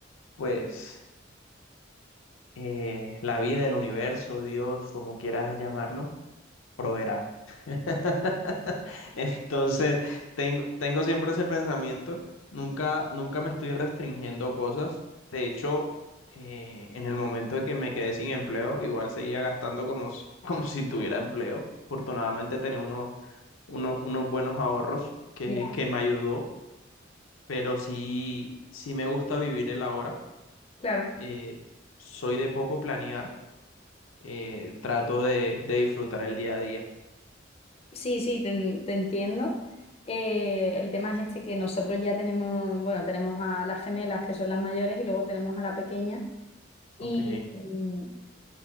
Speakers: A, on the left; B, on the left.
A: pues eh, la vida, el universo, Dios, como quieras llamarlo, proveerá. <laughs> Entonces, tengo, tengo siempre ese pensamiento, nunca, nunca me estoy restringiendo cosas. De hecho, eh, en el momento de que me quedé sin empleo, igual seguía gastando como, s- <laughs> como si tuviera empleo. Afortunadamente tenía unos, uno- unos buenos ahorros que,
B: Ya,
A: que me ayudó, pero sí, sí me gusta vivir el ahora.
B: claro.
A: Eh, soy de poco planear, eh, trato de, de disfrutar el día a día.
B: Sí, sí, te, en- te entiendo. Eh, el tema es este que nosotros ya tenemos, bueno, tenemos a las gemelas que son las mayores y luego tenemos a la pequeña. Y
A: Ok.
B: mm,